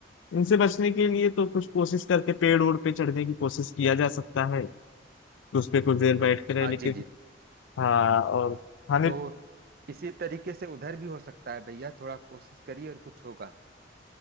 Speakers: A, on the left (about 80°); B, on the right (about 50°).
A: इनसे बचने के लिए तो कुछ कोशिश करके पेड़ ओड़ पे चढ़ने की कोशिश किया जा सकता है तो उस पे कुछ देर बैठ कर है।
B: हाँ
A: लेकिन
B: जी जी
A: हाँ और खाने
B: तो इसी तरीके से उधर भी हो सकता है भैया थोड़ा कोशिश करिए और कुछ होगा